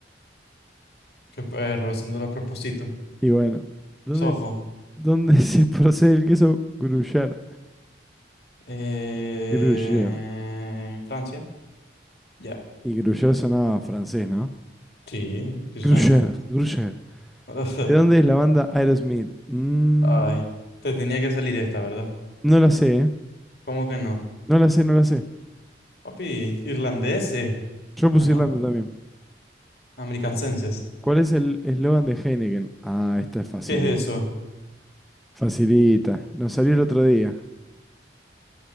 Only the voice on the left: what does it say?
Qué perro, haciéndolo a propósito.
Soho.
Eh,
Francia. Ya.
Sí, sí suena.
<laughs>
Ay, te tenía que salir esta, ¿verdad?
¿Cómo que no?
Papi, irlandeses.
Ah, no,
americanenses.
¿Qué es eso?